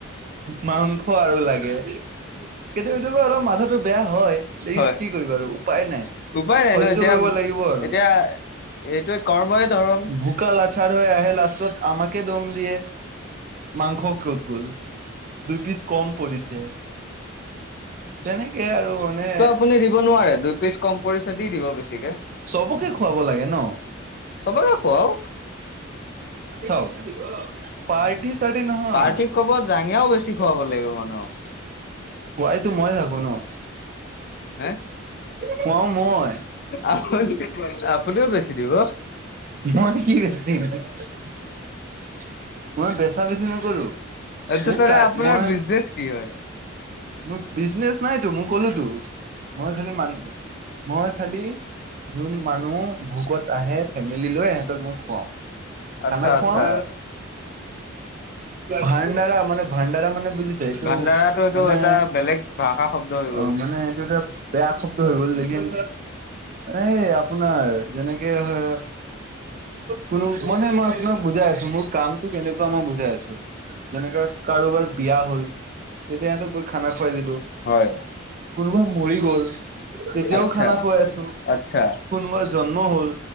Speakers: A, on the right; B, on the left.
A: মাংস আৰু লাগে। কেতিয়াবা কেতিয়াবা অলপ মাথাতটো বেয়া হয়। লেকিন
B: হয়।
A: কি কৰিবা আৰু উপায় নাই।
B: উপায় নাই ন এতিয়া
A: কৰিব লাগিব আৰু
B: এতিয়া এইটোৱে কৰ্মই ধৰম।
A: ভুকা লাচাৰ হৈ আহে লাছত আমাকে দম দিয়ে। মাংস ক'ত গ'ল! দুই পিচ কম পৰিছে। তেনেকে আৰু মানে
B: ত' আপুনি দিব নোৱাৰে দুই পিচ কম পৰিছে দি দিব বেছিকে
A: চবকে খুৱাব লাগে ন।
B: চবকে খোৱাওক।
A: চাওক, পাৰটি চাৰটি নহয়।
B: পাৰ্টিক ক'ব জাঙিয়াও বেছি
A: খোৱাইটো
B: খুৱাব লাগিব মানুহক
A: মই থাকো ন।
B: হে।
A: খোৱাও মই।
B: আপুনি আপুনিও বেছি দিব
A: মই কি <unintelligible> মই বেচা বেছি নকৰোঁ,
B: আচ্ছা
A: মোক
B: তেনে আপোনাৰ
A: মই
B: বিজনেচ কি হয়?
A: মোৰ বিজনেচ নাইতো, মই ক'লো তো। মই খালি মানুহ, মই খালি যোন মানুহ ভোকত আহে। ফেমিল লৈ ইহঁতক মই খুৱাও।
B: আচ্ছা
A: খানা
B: আচ্ছা।
A: খোৱাও ভাণ্ডাৰা মানে ভাণ্ডাৰা মানে বুজিছে! এইটো
B: ভাণ্ডাৰাটো এইটো
A: মানে
B: এটা বেলেগ ভাষা শব্দ হৈ গ'ল
A: অ মানে এইটো এটা বেয়া শব্দ হৈ গ'ল লেকিন এ আপোনাৰ যেনেকে হয়, কোনো মানে মই আপোনাক বুজাই আছোঁ মোৰ কামতটো কেনেকুৱা মই বুজাই আছোঁ। যেনেকা কাৰোবাৰ বিয়া হ'ল তেতিয়া সিহঁতক গৈ খানা খুৱাই দিলো।
B: হয়।
A: কোনোবা মৰি গ'ল তেতিয়াও
B: আচ্ছা
A: খানা খুৱাই আছোঁ।
B: আচ্ছা
A: কোনোবা জন্ম হ'ল